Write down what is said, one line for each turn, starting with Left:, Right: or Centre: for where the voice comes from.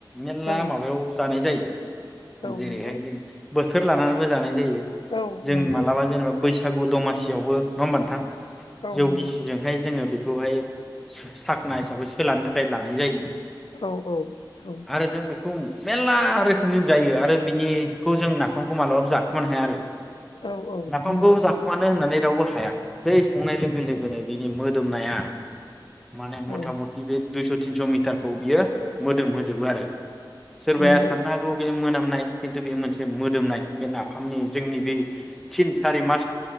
Centre: मेरला
Left: औ
Centre: माबायाव जानाय जायो
Left: औ
Centre: जेरैहाय
Left: नंगौ
Centre: जों बोथोर लानानैबो जानाय जायो
Left: औ
Centre: जों
Left: नंगौ
Centre: मालाबा जेनेबा बैसागु दमासि आवबो नङा होनबा नोंथां
Left: औ
Centre: जौ
Left: नंगौ
Centre: गिसिजोंहाय जोङो बे खौहाय साखना हिसाबै सोलानो थाखाय लानाय जायो
Left: औ औ औ।
Centre: आरो जों बेखौ मेरला रोखोम जों जायो आरो बिनिखौ जों नाफामखौ मालाबाबो जाखोमानो हाया आरो
Left: औ औ
Centre: नाफामखौ
Left: नंगौ
Centre: जाखुमानो होननानै जेरावबो हाया जै संनाय लोगो लोगोनो बिनि मोदोमनाया माने मथा
Left: औ
Centre: मथि बे दुइस' तिनस' मिटारखौ बियो मोदोम होजोबो आरो सोरबाया
Left: नंगौ
Centre: साननो हागौ बे मोनामनाय खिन्थु बे मोनसे मोदोमनाय बे नाफामनि जोंनि बे थिन सारि मास